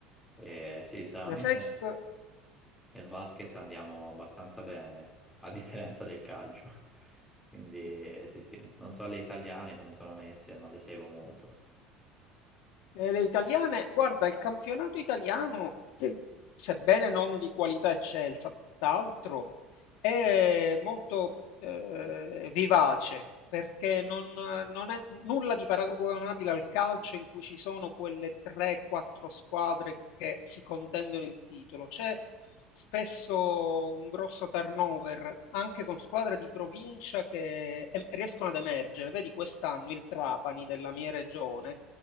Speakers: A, in the centre; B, on the left.
A: E sì, stranamente
B: l'Efes
A: nel basket andiamo abbastanza bene, a differenza del calcio. <laughs> Quindi
B: <laughs>
A: sì, sì, non so le italiane come sono messe, non le seguo molto.
B: E le italiane, guarda, il campionato italiano, Sì. sebbene non di qualità eccelsa, tutt'altro, è molto eh, vivace perché non, non è nulla di paragonabile al calcio in cui ci sono quelle 3-4 squadre che si contendono il titolo. C'è spesso un grosso turnover anche con squadre di provincia che em- riescono ad emergere. Vedi quest'anno il Trapani della mia regione